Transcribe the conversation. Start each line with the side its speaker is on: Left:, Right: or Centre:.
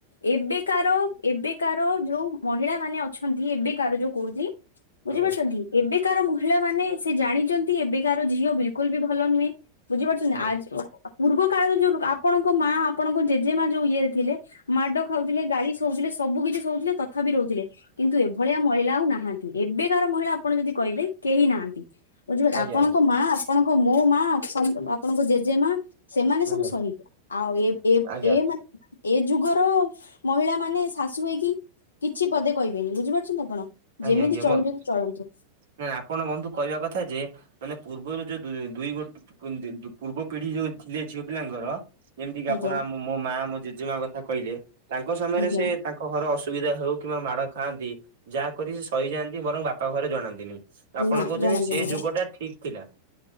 Left: ଏବେକାର ଏବେକାର ଯୋଉ ମହିଳା ମାନେ ଅଛନ୍ତି ଏବେକାର ଯୋଉ କହୁଚି ବୁଝିପାରୁଚନ୍ତି
Right: ଆଜ୍ଞା
Left: ଏବେକାର ମହିଳା ମାନେ ସେ ଜାଣିଚନ୍ତି ଏବେ କାର ଝିଅ ବିଲକୁଲ ବି ଭଲ ନୁହେଁ। ବୁଝିପାରୁଚନ୍ତି
Right: ଆଜ୍ଞା
Left: ଆ ପୂର୍ବ କାଳରେ ଯୋଉ ଆପଣଙ୍କ ମା ଆପଣଙ୍କ ଜେଜେମା ଯୋଉ ଇଏରେ ଥିଲେ ମାଡ ଖାଉଥିଲେ ଗାଳି ଶୋଉଥିଲେ ସବୁ କିଛି ଶୋଉଥିଲେ ତଥାପି ରହୁଥିଲେ। କିନ୍ତୁ ଏଇଭଳିଆ ମହିଳା ଆଉ ନାହାନ୍ତି ଏବେକାର ମହିଳା ଆପଣ ଯଦି କହିବେ କେହି ନାହାନ୍ତି ବୁଝିପେ
Right: ଆଜ୍ଞା
Left: ଆପଣଙ୍କ
Right: ଆଜ୍ଞା
Left: ମା ଆପଣଙ୍କ ମୋ ମା ଅ ଆପଣଙ୍କ ଜେଜେ ମା ସେମାନେ
Right: ଆଜ୍ଞା
Left: ସବୁ
Right: ଆଜ୍ଞା
Left: ସହିବେ ଆଉ ଏ
Right: ଆଜ୍ଞା
Left: ଏ ମାନେ ଏ ଯୁଗର ମହିଳା ମାନେ ଶାଶୁ ହେଇକି କିଛି ପଦେ କହିବେନି ବୁଝିପାରୁଚନ୍ତି ଆପଣ।
Right: ଆଜ୍ଞା
Left: ଯେମିତି
Right: ଆଜ୍ଞା
Left: ଚଳୁଛନ୍ତି
Right: ମନ୍
Left: ଚଳନ୍ତୁ
Right: ନେ ଆପଣ ବନ୍ଧୁ କହିବା କଥା ଯେ ମାନେ ପୂର୍ବରୁ ଯୋଉ ଦୁଇ ଦୁଇ ଗୋଟି କୁନ୍ତି ପୁ ପୂର୍ବ ପିଢି ଯୋଉ ଥିଲେ ଝିଅ ପିଲାଙ୍କର ଯେମିତି କି
Left: ଆଜ୍ଞା
Right: ଆପଣ ମୋ ମା ମୋ ଜେଜେମା କଥା କହିଲେ ତାଙ୍କ ସମୟରେ
Left: ଆଜ୍ଞା
Right: ସେ ତାଙ୍କ ଘର ଅସୁବିଧା ହଉ କିମ୍ବା ମାଡ ଖାଆନ୍ତି ଯାହାକରିବେ ସହିଯାଆନ୍ତି ବରଂ ବାପା ଘରେ ଜଣାନ୍ତିନି। ଆପଣ
Left: ନା
Right: କହୁଚନ୍ତି
Left: ଜଣାନ୍ତୁ
Right: ସେ
Left: ଆଜ୍ଞା।
Right: ଯୁଗ ଟା ଠିକ ଥିଲା।